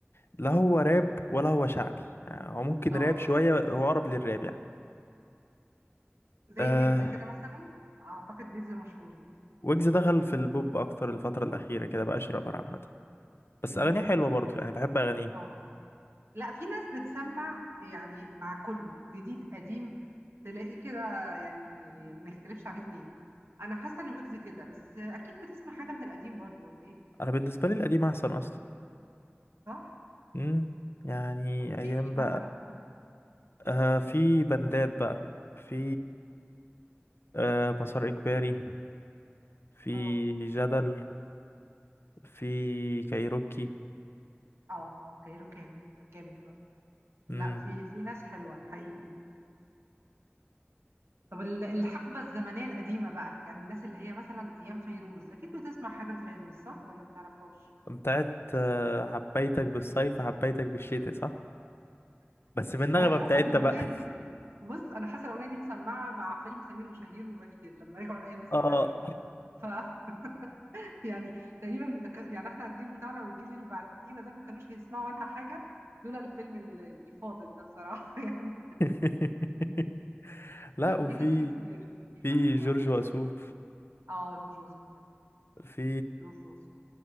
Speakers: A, on the left; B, on the right.
A: لا هو راب ولا هو شعبي يعني هو ممكن
B: اه
A: راب شويه هو اقرب للراب يعني
B: زي
A: آه
B: ويجز كده مثلا اعتقد ويجز مشهور يعني
A: ويجز دخل في البوب اكتر الفتره الاخيره كده بقى شرابر عامه بس
B: امم
A: اغانيه حلوه برضه يعني بحب اغانيه
B: اه لا في ناس بتسمع يعني مع كله جديد قديم تلاقيه كده يعني ما يختلفش عليه اتنين انا حاسه ان ويجز كده بس اكيد بتسمع حاجه من القديم برضو ولا ايه
A: انا بالنسبه لي القديم احسن اصلا
B: صح
A: امم يعني
B: طب في
A: ايام
B: مين
A: بقى
B: مثلا ممكن
A: آه في بندات بقى في آه مسار اجباري في
B: اه
A: جدل في كايروكي
B: اه اه كايروكي جامد برضه
A: امم
B: لا في في ناس حلوه حقيقي طب ال- الحقبة الزمنية القديمة بقى يعني الناس اللي هي مثلا أيام فيروز أكيد بتسمع حاجة لفيروز صح ولا متعرفهاش؟
A: وبتاعت آه حبيتك بالصيف حبيتك بالشتاء صح بس بالنغمه
B: أنا حاسة
A: بتاعتها
B: إن الأغنية
A: بقى
B: دي بص أنا حاسة الأغنية دي مسمعة مع فيلم سمير وشهير وبهير لما رجعوا لأيام السبعينات
A: اه
B: ف <laughs> يعني تقريبا ك- يعني احنا الجيل بتاعنا والجيل اللي بعدينا ده ما كانوش هيسمعوا عنها حاجة لولا الفيلم ال- الفاضل ده بصراحة <laughs> يعني
A: <laughs> لا
B: لا في
A: وفي
B: ناس كتير قديمة
A: في
B: حلوة
A: جورج
B: فيروز
A: وسوف
B: اه جورج وسوف حلو
A: في
B: جورج وسوف